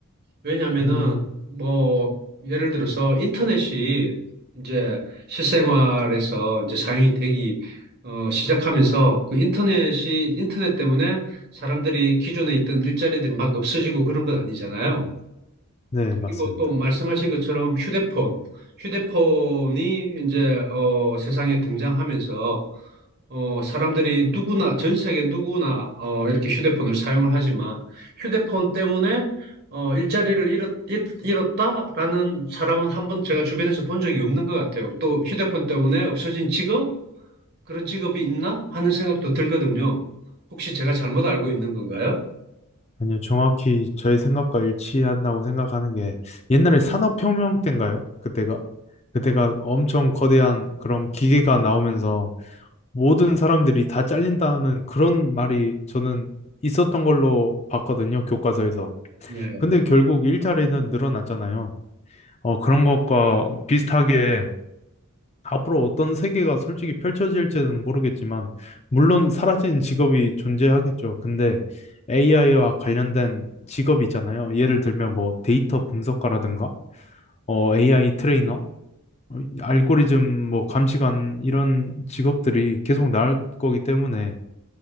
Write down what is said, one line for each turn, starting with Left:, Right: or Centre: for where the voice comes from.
Right: 왜냐하면은
Left: 음,
Right: 뭐 예를 들어서 인터넷이 이제 실생활에서 이제 사용이 되기 어, 시작하면서 그 인터넷이 인터넷 때문에 사람들이 기존에 있던 일자리들이 막 없어지고 그런 건 아니잖아요.
Left: 네, 맞습니다.
Right: 그리고 또 말씀하신 것처럼 휴대폰 휴대폰이 이제 어, 세상에 등장하면서 어, 사람들이 누구나, 전 세계 누구나, 어, 이렇게 휴대폰을 사용을 하지만, 휴대폰 때문에, 어, 일자리를 잃었, 다라는 사람은 한번 제가 주변에서 본 적이 없는 것 같아요. 또 휴대폰 때문에 없어진 직업? 그런 직업이 있나? 하는 생각도 들거든요. 혹시 제가 잘못 알고 있는 건가요?
Left: 아니요, 정확히 저의 생각과 일치한다고 생각하는 게 옛날에 산업혁명 때인가요? 그때가 그때가 엄청 거대한 그런 기계가 나오면서 모든 사람들이 다 잘린다는 그런 말이 저는 있었던 걸로 봤거든요, 교과서에서.
Right: 예.
Left: 근데 결국 일자리는 늘어났잖아요. 어, 그런 것과 비슷하게 앞으로 어떤 세계가 솔직히 펼쳐질지는 모르겠지만, 물론 사라진 직업이 존재하겠죠. 근데 AI와 관련된 직업이잖아요. 예를 들면 뭐 데이터 분석가라든가, 어, AI 트레이너, 어, 알고리즘 뭐 감시관 이런 직업들이 계속 나올 거기 때문에,